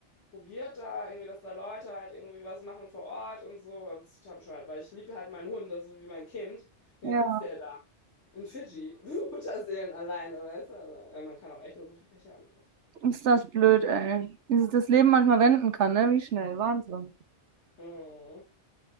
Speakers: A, on the left (about 85°); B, on the right (about 80°).
A: probiert da irgendwie, dass da Leute halt irgendwie was machen vor Ort und so. Also das ist total bescheuert, weil ich liebe halt meinen Hund, das ist so wie mein Kind. Und jetzt
B: Ja,
A: sitzt der da in Fidschi, <laughs> Mutterseelen alleine, weißt du? Also, ja, man kann auch echt nur so viel Pech haben.
B: ist das blöd, ey. Wie sich das Leben manchmal wenden kann, ne? Wie schnell. Wahnsinn.
A: Mhm.